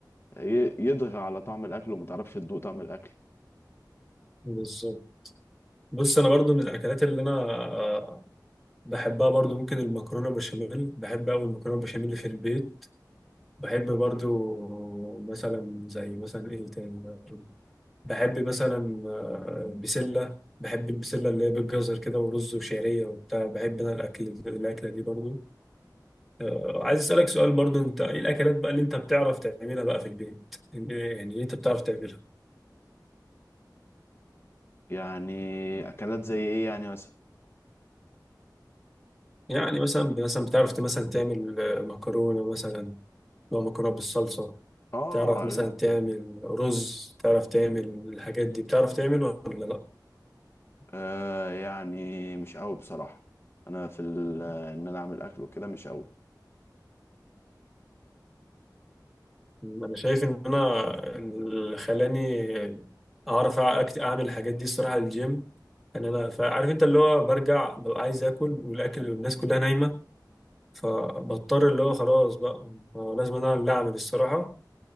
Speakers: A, on the left; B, in the centre.
A: ي- يضغى على طعم الأكل وما تعرفش تدوق طعم الأكل
B: بالظبط بص انا برضو من الاكلات اللي انا آه، بحبها برضو ممكن المكرونه بشاميل بحب قوي المكرونه بشاميل في البيت بحب برضو مثلا زي مثلا ايه تاني بحب مثلا آه، بسلة بحب البسلة اللي هي بالجزر كده ورز وشعرية وبتاع بحب أنا الأكل الأكلة دي برضو آه، عايز أسألك سؤال برضو أنت إيه الأكلات بقى اللي أنت بتعرف تعملها بقى في البيت يعني يعني اللي أنت بتعرف تعملها
A: يعني أكلات زي إيه يعني مثلا
B: يعني مثلا مثلا بتعرف مثلا تعمل آه، مكرونة مثلا نوع مكرونة بالصلصة
A: اه
B: تعرف مثلا
A: لا
B: تعمل رز تعرف تعمل الحاجات دي بتعرف تعمل ولا لأ
A: آه يعني مش قوي بصراحة انا في ال- آه، ان انا اعمل اكل وكده مش قوي
B: انا شايف ان انا اللي خلاني اعرف أكت- اعمل الحاجات دي الصراحه الجيم ان انا فعارف انت اللي هو برجع ببقى عايز اكل والاكل والناس كلها نايمه فبضطر اللي هو خلاص بقى آه، لازم انا اللي اعمل الصراحه